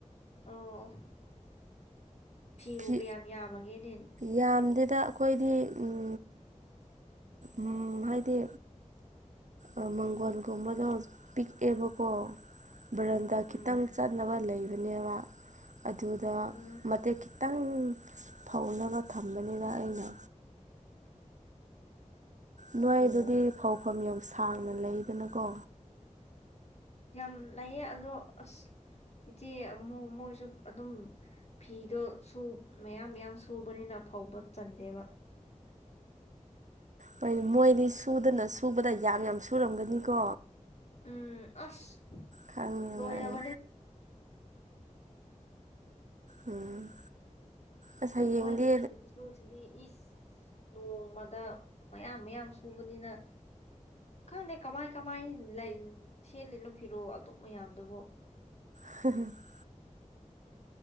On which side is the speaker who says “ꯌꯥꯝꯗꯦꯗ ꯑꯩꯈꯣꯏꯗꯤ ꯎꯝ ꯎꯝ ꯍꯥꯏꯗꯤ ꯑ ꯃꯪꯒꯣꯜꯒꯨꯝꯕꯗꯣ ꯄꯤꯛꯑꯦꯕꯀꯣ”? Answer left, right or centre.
Right